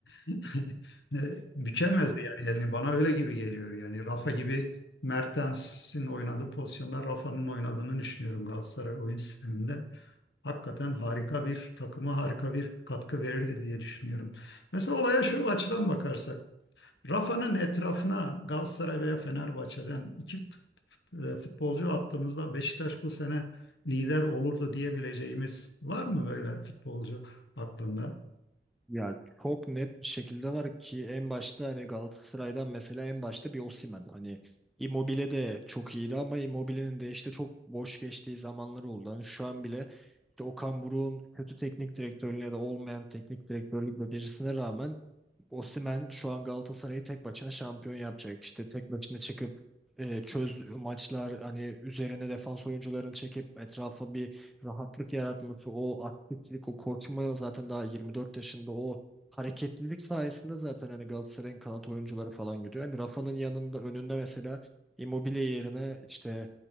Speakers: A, on the left; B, in the centre.
A: <laughs> e, bükemezdi yani elini. Bana öyle gibi geliyor yani. Rafa gibi Mertens'in oynadığı pozisyonda Rafa'nın oynadığını düşünüyorum Galatasaray oyun sisteminde hakikaten harika bir takıma harika bir katkı verirdi diye düşünüyorum. Mesela olaya şu açıdan bakarsak, Rafa'nın etrafına Galatasaray veya Fenerbahçe'den iki fut- futbolcu attığımızda Beşiktaş bu sene lider olurdu diyebileceğimiz var mı böyle futbolcu aklında?
B: Ya çok net bir şekilde var ki en başta hani Galatasaray'dan mesela en başta bir Osimhen. Hani Immobile de çok iyiydi ama Immobile'nin de işte çok boş geçtiği zamanları oldu. Hani şu an bile işte Okan Buruk'un kötü teknik direktörlüğüne de olmayan teknik direktörlük becerisine rağmen Osimhen şu an Galatasaray'ı tek başına şampiyon yapacak. İşte tek başına çıkıp e, çöz maçlar hani üzerine defans oyuncularını çekip etrafa bir rahatlık yaratması, o aktiflik, o koşma zaten daha 24 yaşında o hareketlilik sayesinde zaten hani Galatasaray'ın kanat oyuncuları falan gidiyor. Hani Rafa'nın yanında önünde mesela Immobile yerine işte